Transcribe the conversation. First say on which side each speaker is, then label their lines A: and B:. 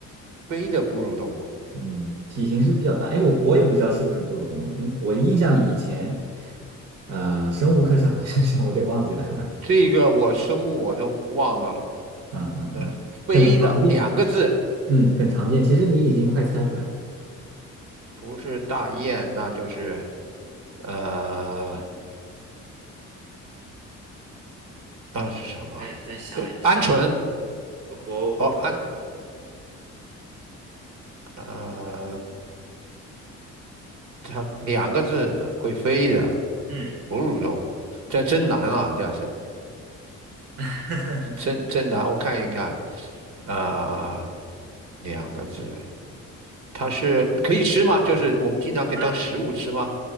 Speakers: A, on the right; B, on the right.
A: 飞的哺乳动物。
B: 嗯，体型是比较大。哎，我我也不知道是不是哺乳动物啊，因我印象里以前，呃，生物课上好像是，我有点忘记了，
A: 这个我生物我都忘了，
B: <laughs> 嗯嗯嗯，
A: 那、飞的两个字，
B: 很常见，嗯，很常见。其实你已经快猜出来了，
A: 不是大雁，那就是呃，那是什么？
B: 再再想一想，
A: 呃，鹌鹑
B: 不不不是，
A: 哦，鹌呃，它两个字的会飞的
B: 嗯，
A: 哺乳动物，这真难啊，这是
B: <laughs>
A: 真真难。我看一看，啊、两个字，它是可以吃吗？就是我们经常可以当食物吃吗？
B: 它